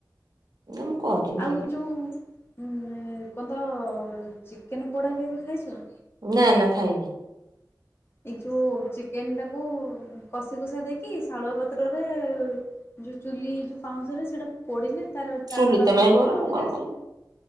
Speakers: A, on the right (about 60°); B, on the left (about 30°).
A: ନା ମୁଁ କରିନି
B: ଆଉ ଯୋଉ ହୁଁ କଣ ତ ଚିକେନ ପୋଡ଼ା କେବେ ଖାଇଛ?
A: ନା ନା ଖାଇନି।
B: ଏଇ ଯୋଉ ଚିକେନ ଟାକୁ କଷି କୁସା ଦେଇକି ଶାଳୁଆ ପତ୍ରରେ ଯୋଉ ଚୁଲି ଯୋଉ ପାଉଁଶରେ ସେଟା ପଡିଲେ ତାର
A: ଚୁଲି
B: ତାର ବାସ୍ନାଟା
A: ତ ନାହିଁ ମୋର
B: ଗୋଟେ
A: ମୁଁ
B: ଅଲଗା
A: କଣ
B: ଆସେ।
A: କରିବି